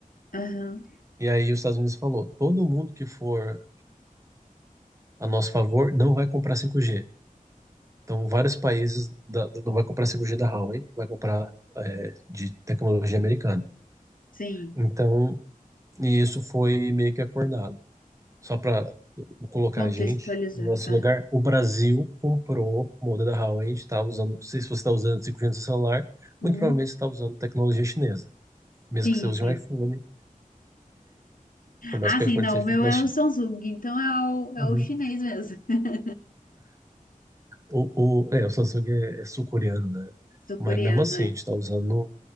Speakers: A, on the left (about 70°); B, on the right (about 20°).
A: aham,
B: E aí os Estados Unidos falou, todo mundo que for a nosso favor não vai comprar 5G. Então vários países da- da- não vai comprar 5G da Huawei, vai comprar é, de tecnologia americana.
A: sim,
B: Então, e isso foi meio que acordado. Só para colocar
A: contextualizar.
B: a gente no nosso
A: ah,
B: lugar, o Brasil comprou moda da Huawei, a gente está usando, se você está usando 5G no seu celular,
A: uhum,
B: muito provavelmente você está usando tecnologia chinesa, mesmo
A: Sim,
B: que você use
A: sim.
B: um iPhone, por mais
A: Ah,
B: que
A: sim,
B: o iPhone
A: não,
B: seja
A: o meu
B: feito
A: é
B: na China.
A: o Samsung, então é o, é
B: Uhum.
A: o chinês mesmo. <laughs>
B: O, o, é, o Samsung é, é sul-coreano, né?
A: Sul-coreano,
B: Mas mesmo assim,
A: é.
B: a gente está usando,